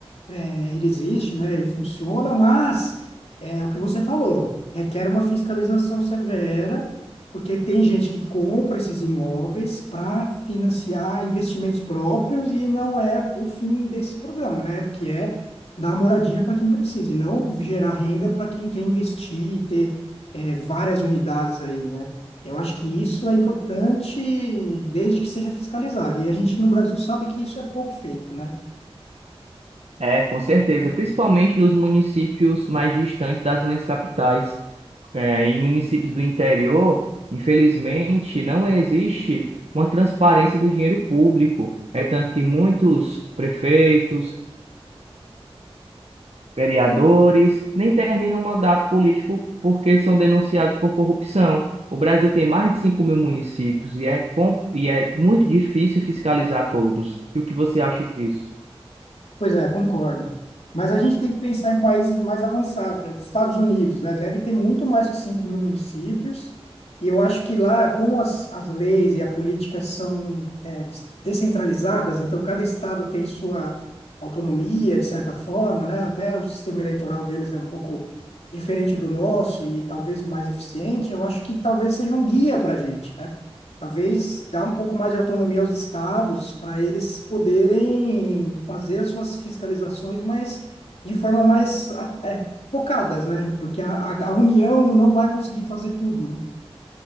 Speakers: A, on the left; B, on the right.
A: é, ele existe, né? Ele funciona, mas é o que você falou, requer uma fiscalização severa, porque tem gente que compra esses imóveis para financiar investimentos próprios e não é o fim desse programa, né? Porque é dar moradia para quem precisa e não gerar renda para quem quer investir e ter é, várias unidades aí, né? Eu acho que isso é importante desde que seja fiscalizado. E a gente no Brasil sabe que isso é pouco feito, né?
B: É, com certeza, principalmente nos municípios mais distantes das grandes capitais. É, em municípios do interior, infelizmente, não existe uma transparência do dinheiro público. É tanto que muitos prefeitos vereadores, nem terminam um mandato político porque são denunciados por corrupção. O Brasil tem mais de 5 mil municípios e é, com- e é muito difícil fiscalizar todos. E o que você acha disso?
A: Pois é, concordo. Mas a gente tem que pensar em países mais avançados, por exemplo, Estados Unidos, né? Deve ter muito mais que 5 mil municípios. E eu acho que lá, como as, as leis e a política são é, des- descentralizadas, então cada estado tem sua autonomia, de certa forma, né? Até o sistema eleitoral deles é um pouco diferente do nosso e talvez mais eficiente. Eu acho que talvez seja um guia para a gente, né? Talvez dar um pouco mais de autonomia aos estados para eles poderem fazer as suas fiscalizações, mas de forma mais é, focadas, né? Porque a, a, a União não vai conseguir fazer tudo, né?